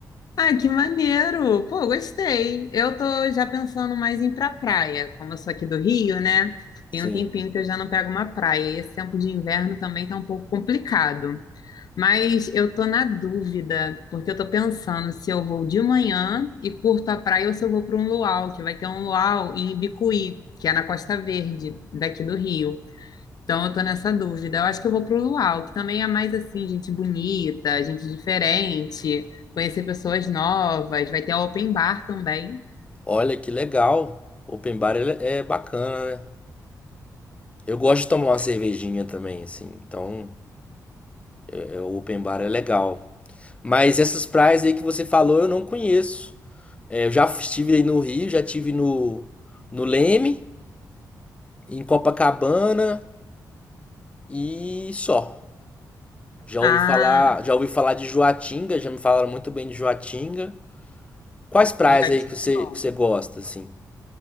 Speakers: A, on the left; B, on the left.
A: Ah, que maneiro! Pô, gostei. Eu tô já pensando mais em ir pra praia, como eu sou aqui do Rio, né?
B: sim.
A: Tem um tempinho que eu já não pego uma praia e esse tempo de inverno também tá um pouco complicado. Mas eu tô na dúvida, porque eu tô pensando se eu vou de manhã e curto a praia ou se eu vou para um luau, que vai ter um luau em Ibicuí, que é na Costa Verde, daqui do Rio. Então eu tô nessa dúvida. Eu acho que eu vou pro luau, que também é mais assim, gente bonita, gente diferente, conhecer pessoas novas, vai ter open bar também.
B: Olha que legal, open bar ele- é bacana, né? Eu gosto de tomar uma cervejinha também, assim, então é, o open bar é legal. Mas essas praias aí que você falou eu não conheço. É, eu já estive aí no Rio, já estive no, no Leme, em Copacabana e só. Já
A: Ah,
B: ouvi falar, já ouvi falar de Joatinga, já me falaram muito bem de Joatinga. Quais praias
A: já
B: aí
A: tive
B: que você,
A: bom.
B: que você gosta, assim?